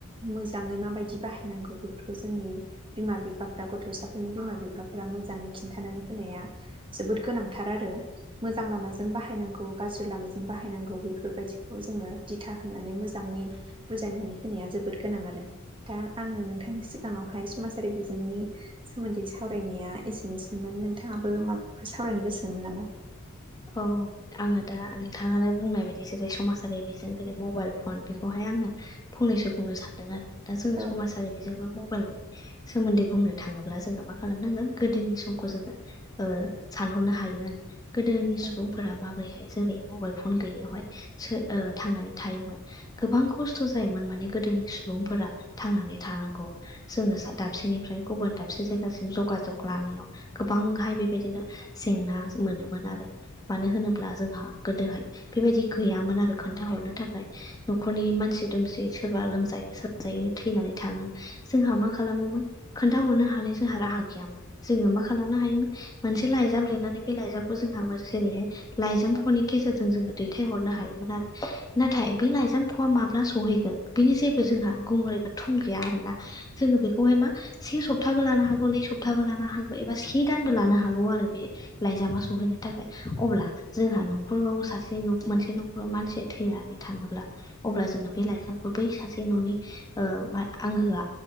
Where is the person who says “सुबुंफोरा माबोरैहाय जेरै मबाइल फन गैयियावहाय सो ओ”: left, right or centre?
Left